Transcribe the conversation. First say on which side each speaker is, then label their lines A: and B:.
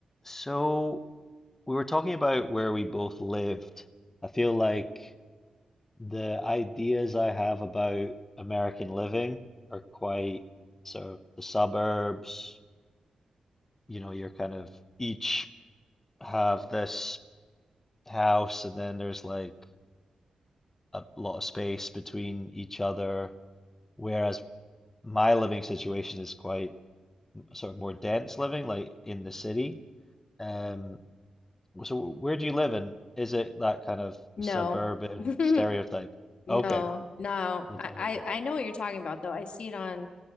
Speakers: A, on the left; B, on the left.
A: So we were talking about where we both lived. I feel like the ideas I have about American living are quite sort of the suburbs, you know, you're kind of each have this house and then there's like a lot of space between each other. Whereas my living situation is quite sort of more dense living, like in the city. Um, So where do you live in? Is it that kind of
B: No.
A: suburban
B: <laughs>
A: stereotype?
B: No,
A: Okay,
B: no.
A: well
B: I,
A: tell
B: I
A: me about
B: I
A: it.
B: know what you're talking about though. I see it on